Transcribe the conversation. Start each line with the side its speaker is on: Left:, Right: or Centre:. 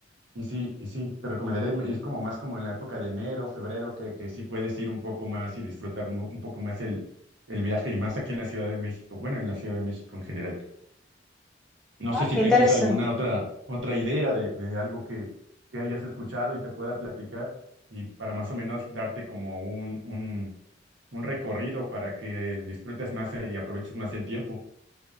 Right: y sí, y sí, te recomendaría ir ir como más como en la época de enero, febrero, que, que sí puedes ir un poco más y disfrutar mu- un poco más el, el viaje y más aquí en la Ciudad de México, bueno, en la Ciudad de México en general. No
Centre: Ay,
Right: sé si
Centre: qué
Right: tengas
Centre: interesante.
Right: alguna otra, otra idea de, de algo que, que hayas escuchado y te pueda platicar y para más o menos darte como un, un, un recorrido para que disfrutes más eh, y aproveches más el tiempo.